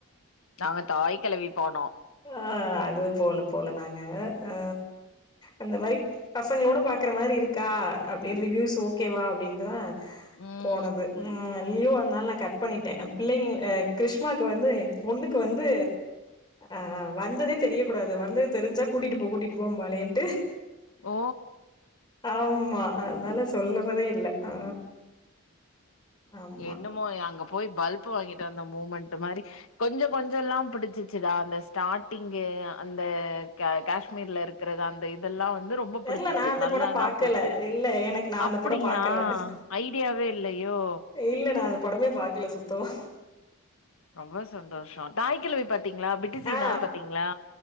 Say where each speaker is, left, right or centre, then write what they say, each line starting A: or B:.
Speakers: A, on the left; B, on the left.
A: நாங்க தாய் கெழவி போனோம்.
B: ஆ அதுவு போல போல நாங்க ஆ அந்த மாரி பசங்ளோட பாக்கற மாரி இருக்கா அப்டின் ரிவியூஸ் ஓக்கேவா அப்டின்ட்டுதா
A: ம்.
B: போனது ம் லியோ வந்தனால நா கட் பண்ணிட்டே பிள்ளைங்க ஆ கிருஷ் னாக்கு வந்து ஏ பொண்ணுக்கு வந்து ஆ வந்ததே தெரிய கூடாது வந்தது தெரிஞ்சா கூட்டிட்டு போ கூட்டிட்டு போம்பாளேன்ட்டு
A: ஓ
B: ஆமா அதனால சொல்லறதே இல்ல ஆ ஆமா
A: என்னமோ அங்க போயி பல்ப்பு வாங்கிட்டு வந்த மூமண்ட்டு மாரி கொஞ்சோ கொஞ்சோல்லா புடிச்சிருச்சிடா அந்த ஸ்டாட்டிங்கு அந்த கே கேஷ்மீர்ல இருக் கிறது அந்த இதெல்லா வந்து ரொம்போ
B: தெர்ல
A: புடிச்சிச்சி
B: நா அந்த
A: நல்லாதா
B: படோ பாக்கல
A: போச்சி
B: இல்ல எனக்கு நா
A: அப்
B: அந்த
A: பிடியா
B: படோ பாக்கல
A: ஐடியாவே இல்லையோ
B: இல்ல நா அந்த படமே பாக்கல சுத்தமா
A: ரொம்போ சந்தோஷம் தாய்க்கிழவி பாத்தீங்கிளா பிட்டுசீனாவது
B: ஆ
A: பாத்தீங்கிளா